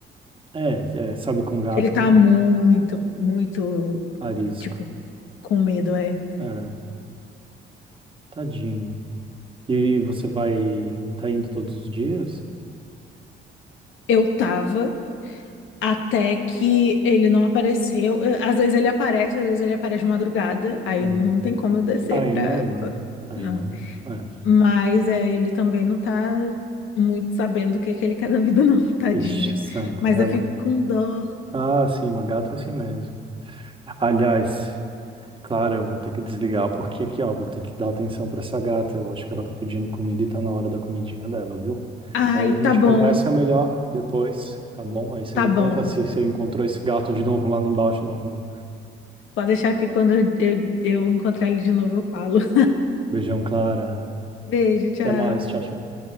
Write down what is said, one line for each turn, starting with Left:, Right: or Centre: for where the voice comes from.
Right: É, é, sabe, com gato
Left: Ele tá
Right: tem
Left: muito, muito,
Right: arisco.
Left: tipo, com medo, é.
Right: É, tadinho. E você vai. Tá indo todos os dias?
Left: Eu tava até que ele não apareceu. Eh, Às vezes ele aparece, às vezes ele aparece de madrugada. Aí
Right: Hum.
Left: não tem como eu descer
Right: Aí
Left: pra...
Right: não, né?
Left: pra-
Right: Aí
Left: não.
Right: não. É.
Left: Mas é, ele também não tá muito sabendo o que que ele quer da vida, não, <laughs> tadinho.
Right: Ixi, santo.
Left: Mas
Right: É,
Left: eu fico
Right: mas...
Left: com dó.
Right: Ah, sim, uma gata é assim mesmo. Aliás. Claro, eu vou ter que desligar, porque aqui, ó, vou ter que dar atenção pra essa gata. Eu acho que ela tá pedindo comida e tá na hora da comidinha dela, viu?
Left: Ai,
Right: Aí
Left: tá
Right: a gente
Left: bom,
Right: conversa melhor depois, tá bom? Aí você
Left: tá
Right: me
Left: bom.
Right: conta se você encontrou esse gato de novo lá embaixo na rua.
Left: Pode deixar que quando eu, eu eu encontrar ele de novo eu falo. <laughs>
Right: Beijão, Clara.
Left: Beijo, tchau.
Right: Até mais, tchau, tchau.